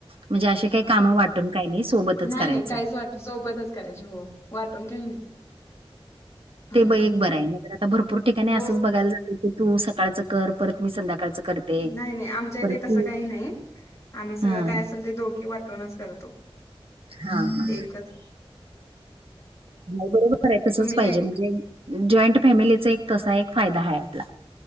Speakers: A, on the right (about 65°); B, on the left (about 30°).
A: म्हणजे असे काही
B: हा
A: काम वाटून काय नाही सोबतच
B: नाही
A: करायच.
B: नाही काहीच वाट सोबतच करायच हो वाटून काही नाही.. हा
A: ते ब एक बर आहे नाही तर भरपूर ठिकाणी
B: हो
A: असच बघायला जात. तू सकाळच कर परत मी संध्याकाळच करते.
B: नाही नाही आमच्या इथे
A: परत
B: तस
A: तू
B: काही नाही आम्ही सगळ
A: हां,
B: काय असेल ते दोघी वाटूनच करतो.
A: हां हां
B: एकच
A: नाही बरोबर आहे तसच
B: तुम्ही
A: पाहिजे
B: काय
A: म्हणजे जॉईंट फॅमिलीचा एक तसा एक फायदा आहे आपला.